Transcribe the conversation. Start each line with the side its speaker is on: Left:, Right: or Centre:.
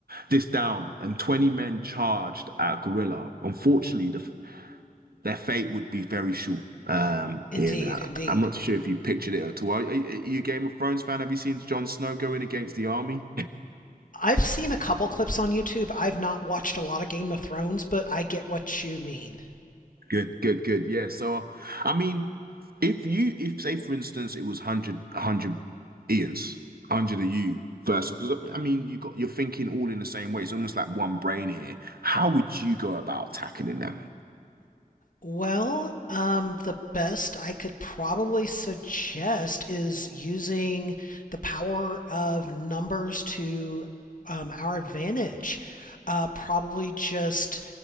Right: this down, and 20 men charged at a gorilla, unfortunately, the, their fate would be very short. Um,
Left: Indeed,
Right: you know,
Left: indeed.
Right: I'm not sure if you pictured it at all. Are, are you a Game of Thrones fan? Have you seen Jon Snow going against the army?
Left: I've seen a couple clips on YouTube. I've not watched a lot of Game of Thrones, but I get what you mean.
Right: Good, good, good. Yeah. So, I mean, if you, if say for instance, it was hundred, hundred, Ian's, 100 of you versus, because I mean, you got, you're thinking all in the same way. It's almost like one brain here. How would you go about tackling them?
Left: Well, um, the best I could probably suggest is using the power of numbers to um, our advantage. Uh, probably just